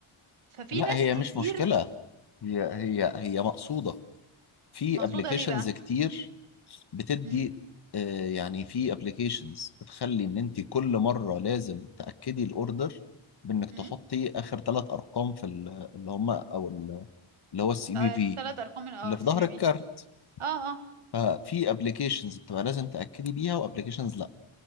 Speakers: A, on the right; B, on the left.
A: ففي
B: لا
A: ناس
B: هي
A: كتير
B: مش مشكله هي هي هي مقصوده في
A: مقصوده
B: ابلكيشنز
A: ليه بقى
B: كتير بتدي
A: امم
B: آه، يعني في ابلكيشنز بتخلي ان انت كل مره لازم تاكدي الاوردر بانك تحطي
A: امم
B: اخر ثلاث ارقام في ال- اللي هم او ال- اللي هو السي في في
A: الثلاث ارقام ال- اه
B: اللي في
A: سي
B: ظهر
A: في
B: الكارت
A: بي اه اه
B: ففي ابلكيشنز بتبقى لازم تاكدي بيها وابلكيشنز لا